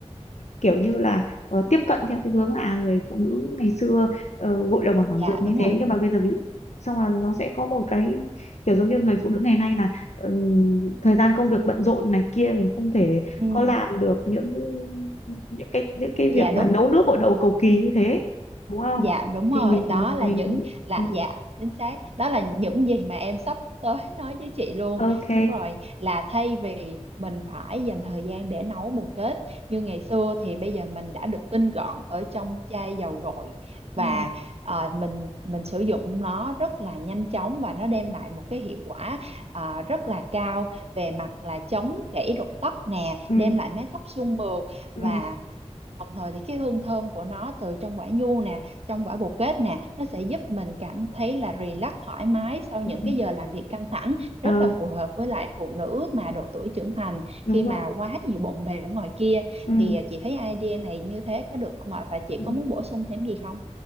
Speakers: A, on the left; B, on the right.
A: kiểu như là ờ, tiếp cận theo cái hướng là à, người phụ nữ ngày xưa ờ, gội đầu bằng thảo
B: Dạ
A: dược như
B: đúng rồi.
A: thế nhưng mà bây giờ ví dụ xong là nó sẽ có một cái kiểu giống như người phụ nữ ngày nay là ừm, thời gian công việc bận rộn này kia mình không thể
B: Ừ.
A: có làm được những những cái những cái việc
B: Dạ
A: mà
B: đúng.
A: nấu nước gội đầu cầu kỳ như thế đúng không
B: dạ đúng
A: thì
B: rồi
A: mình
B: đó là
A: mình
B: những là
A: ừ,
B: dạ chính xác đó là những gì mà em sắp tới <laughs> nói với chị luôn
A: ok
B: đúng rồi là thay vì mình phải dành thời gian để nấu bồ kết như ngày xưa thì bây giờ mình đã được tinh gọn ở trong chai dầu gội và
A: ừ,
B: ờ, mình mình sử dụng nó rất là nhanh chóng và nó đem
A: ừ,
B: lại một cái hiệu quả ờ, rất là cao về mặt là chống gãy rụng tóc nè
A: ừ,
B: đem lại mái tóc suôn mượt
A: ừ.
B: và Đồng thời thì cái hương thơm của nó từ trong quả nhu nè, trong quả bồ kết nè, nó sẽ giúp mình cảm thấy là relax thoải mái sau những
A: ừ.
B: cái giờ làm việc căng thẳng,
A: Ờ,
B: rất là phù hợp với lại phụ nữ mà độ tuổi trưởng thành
A: đúng
B: khi mà
A: rồi
B: quá nhiều bộn bề ở ngoài kia.
A: ừ.
B: Thì à, chị thấy idea này như thế có được không ạ? Và chị
A: ừ.
B: có muốn bổ sung thêm gì không?